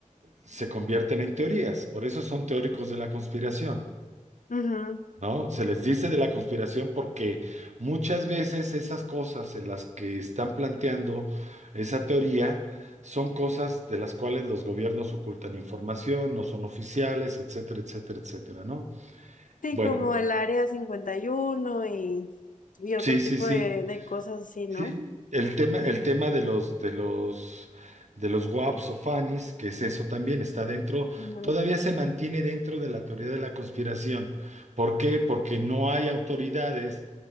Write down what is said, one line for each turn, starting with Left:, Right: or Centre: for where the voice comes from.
Right: se convierten en teorías, por eso son teóricos de la conspiración.
Left: Ujú.
Right: ¿no? Se les dice de la conspiración porque muchas veces esas cosas en las que están planteando esa teoría son cosas de las cuales los gobiernos ocultan información, no son oficiales, etcétera, etcétera, etcétera, ¿no?
Left: Sí,
Right: Bueno,
Left: como el área 51 y, uno y y otro
Right: sí,
Left: tipo
Right: sí, sí.
Left: de, de cosas así, ¿no?
Right: Sí, el tema, el tema de los, de los, de los WAPs o FANIs, que es eso también, está dentro,
Left: Ujú.
Right: todavía se mantiene dentro de la teoría de la conspiración. ¿Por qué? Porque no hay autoridades